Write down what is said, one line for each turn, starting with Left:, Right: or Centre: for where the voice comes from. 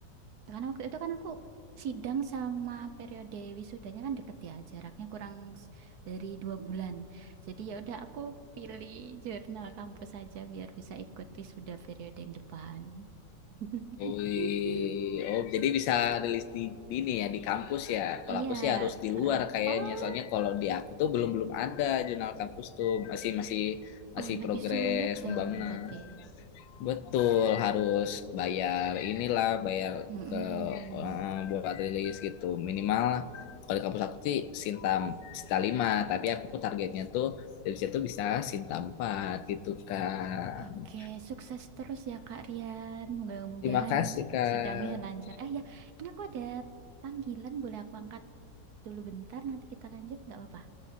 Right: Karena waktu itu kan aku sidang sama periode wisudanya kan deket ya, jaraknya kurang s- dari dua bulan. Jadi ya udah aku pilih jurnal kampus aja biar bisa ikut wisuda periode yang depan. <laughs>
Left: Wih, oh jadi bisa rilis di, di ini ya di kampus ya. Kalau
Right: Iya,
Left: aku sih harus di
Right: heeh.
Left: luar kayaknya.
Right: oh,
Left: Soalnya kalau di aku tuh belum belum ada jurnal kampus tuh masih masih masih
Right: oh lebih
Left: progres
Right: sulit dong
Left: pembangunan.
Right: berarti.
Left: Betul harus bayar inilah bayar
Right: Mm-mm.
Left: ke eh, buat rilis gitu. Minimal kalau di kampus aku sih Sinta, Sinta 5, tapi aku targetnya tuh dari situ bisa Sinta 4 gitu, Kak.
Right: Oke, sukses terus ya Kak Rian. Mudah-mudahan
Left: Terima kasih, Kak.
Right: sidangnya lancar. Ah ya, ini aku ada panggilan, boleh aku angkat? dulu bentar, nanti kita lanjut, nggak apa-apa.